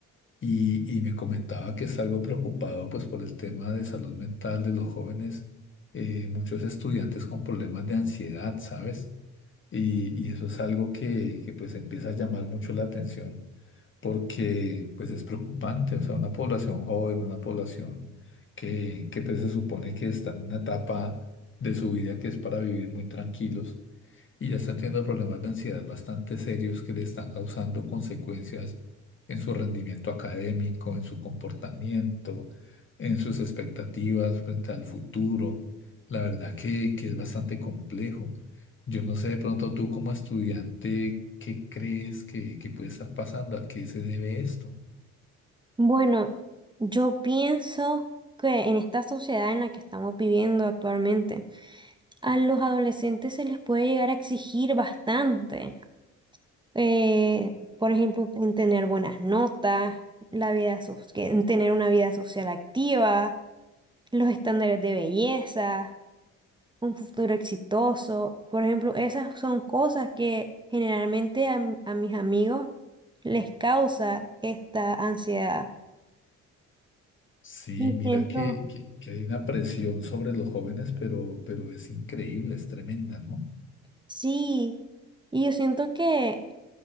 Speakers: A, on the left; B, on the right.
A: y, y me comentaba que está algo preocupado pues por el tema de salud mental de los jóvenes, eh, muchos estudiantes con problemas de ansiedad, ¿sabes? Y, y eso es algo que, que pues empieza a llamar mucho la atención porque pues es preocupante, o sea, una población joven, una población que, que pues se supone que está en una etapa de su vida que es para vivir muy tranquilos y ya están teniendo problemas de ansiedad bastante serios que le están causando consecuencias en su rendimiento académico, en su comportamiento, en sus expectativas frente al futuro. La verdad que, que es bastante complejo. Yo no sé de pronto tú como estudiante, ¿qué crees que, que puede estar pasando? ¿A qué se debe esto?
B: Bueno, yo pienso que en esta sociedad en la que estamos viviendo actualmente, a los adolescentes se les puede llegar a exigir bastante. eh, por ejemplo, en tener buenas notas, la vida so- que- en tener una vida social activa, los estándares de belleza, un futuro exitoso. Por ejemplo, esas son cosas que generalmente a, m- a mis amigos les causa esta ansiedad.
A: Sí,
B: Y
A: mira
B: siento,
A: que, que, que hay una presión sobre los jóvenes, pero, pero es increíble, es tremenda, ¿no?
B: sí, y yo siento que